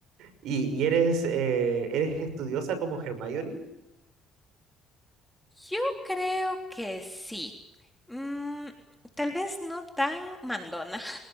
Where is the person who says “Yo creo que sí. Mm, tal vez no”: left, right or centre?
Centre